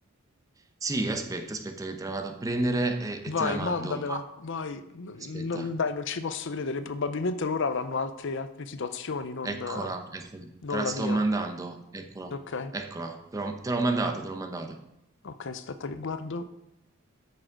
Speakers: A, on the right (about 15°); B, on the left (about 60°).
A: Sì, aspetta, aspetta che te la vado a prendere e, e
B: Vai,
A: te la mando.
B: mandamela, vai. N-
A: Aspetta,
B: non- dai, non ci posso credere. Probabilmente loro avranno altre, altre situazioni, non,
A: eccola,
B: eh,
A: eccola,
B: non
A: te la
B: la
A: sto
B: mia.
A: mandando, eccola,
B: Ok,
A: eccola, te l'ho te l'ho mandata, te l'ho mandata.
B: ok, aspetta che guardo.